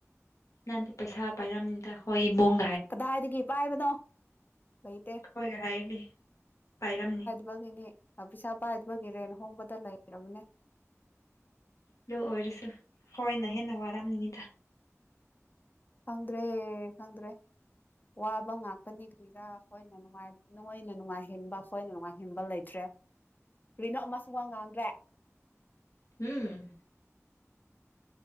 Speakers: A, on the left; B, on the left.
A: ꯅꯪꯗꯤ ꯄꯩꯁꯥ ꯄꯥꯏꯔꯝꯅꯤꯗ ꯈꯣꯏ ꯏꯕꯨꯡ
B: ꯀꯗꯥꯏꯗꯒꯤ ꯄꯥꯏꯕꯅꯣ ꯂꯩꯇꯦ꯫
A: ꯍꯣꯏ ꯍꯥꯏꯗꯤ ꯄꯥꯏꯔꯝꯅꯤ
B: ꯕꯒꯤꯅꯤ ꯄꯩꯁꯥ ꯄꯥꯏꯗꯕꯒꯤ ꯔꯦꯟ ꯍꯣꯡꯕꯗ ꯂꯩꯔꯕꯅꯦ
A: ꯑꯗꯨ ꯑꯣꯏꯔꯁꯨ ꯈꯣꯏꯅ ꯍꯦꯟꯅ ꯋꯥꯔꯝꯅꯤꯗ
B: ꯈꯪꯗ꯭ꯔꯦ ꯈꯪꯗ꯭ꯔꯦ ꯋꯥꯕ ꯉꯥꯛꯇꯅꯤ ꯁꯤꯗ ꯑꯩꯈꯣꯏꯅ ꯅꯨꯡꯉꯥꯏ ꯅꯣꯏꯅ ꯅꯨꯡꯉꯥꯏꯍꯦꯟꯕ ꯑꯈꯣꯏꯅ ꯅꯨꯡꯉꯥꯏꯍꯦꯟꯕ ꯂꯩꯇ꯭ꯔꯦ ꯀ꯭ꯔꯤꯅꯣ ꯑꯃꯁꯨ ꯋꯥ ꯉꯥꯡꯗ꯭ꯔꯦ
A: ꯎꯝ